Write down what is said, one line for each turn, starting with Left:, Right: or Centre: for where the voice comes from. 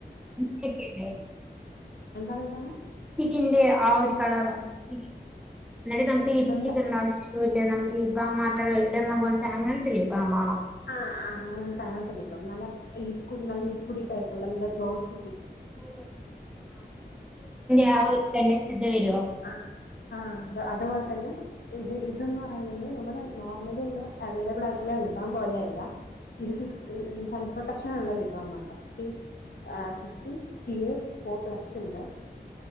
Centre: കേക്ക് ഇല്ലേ
Left: എന്താണ് എന്താണ്
Centre: ചിക്കിന്റെ ആ ഒര കളർ ഇന്നട്ട് നമ്മക്ക് ലിപ്സ്റ്റിക്ക്
Left: എന്താ
Centre: ഇടണം <unintelligible> നമ് ലിപ്പ് ബാം മാത്രം ഇടുന്ന പോൽത്തെ അങ്ങനത്തെ ലിപ്പ്ബാമാണോ
Left: ആഹ് ആ അങ്ങൻത്തെ അങ്ങൻ ത്തെ ലിപ്പ് ബാം നല്ല ലിക്കുഡ് നം ലിക്കുഡി ടൈ കൊണ്ട് നല്ല ഗോസി
Centre: ആ <unintelligible> ആ ഒര് <unintelligible> വരോ
Left: ആ ആ അതുപോലെ തന്നെ ഇത് ഇത് ന്ന് പറയുന്നത് നമ്മുടെ നോർമലി ഉള്ള അവൈലബിൾ ആയിട്ടുള്ള ലിപ്പ് ബാം പോലെ അല്ല ഇത് ഇ സൺ പ്രൊട്ടക്ഷൻ ഉള്ള ലിപ്പ് ബാം ആണ് ട്ടോ തേ ആഹ് സൃഷ്ടി പി എഫ് ഫോർ പ്ലസ് ഇണ്ട്